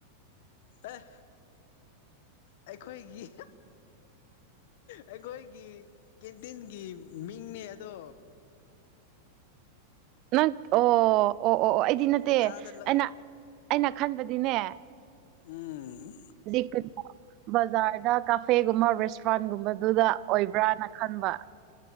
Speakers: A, on the left (about 60°); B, on the right (about 40°).
A: ꯑꯦ ꯑꯩꯈꯣꯏꯒꯤ ꯑꯩꯈꯣꯏꯒꯤ ꯀꯦꯟꯇꯤꯟꯒꯤ ꯃꯤꯡꯅꯦ ꯑꯗꯣ
B: ꯅꯪ ꯑꯣ ꯑꯣ ꯑꯣ ꯑꯣ ꯑꯩꯗꯤ ꯅꯠꯇꯦ
A: ꯆꯥꯗ ꯂ
B: ꯑꯩꯅ ꯑꯩꯅ ꯈꯟꯕꯗꯤ ꯗꯤꯅꯦ
A: ꯎꯝ
B: ꯂꯩ ꯕꯖꯥꯔꯗ ꯀꯥꯐꯦꯒꯨꯝꯕ ꯔꯦꯁꯇꯨꯔꯦꯟꯒꯨꯝꯕꯗꯨꯗ ꯑꯣꯏꯕ꯭ꯔꯅ ꯈꯟꯕ